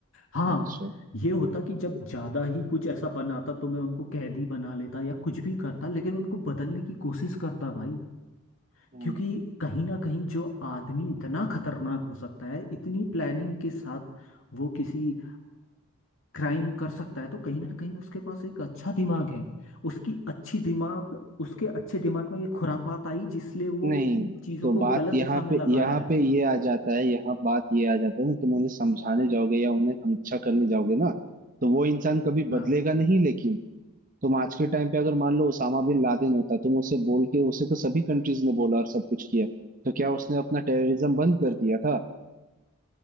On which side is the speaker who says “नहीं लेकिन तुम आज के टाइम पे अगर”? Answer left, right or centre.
Right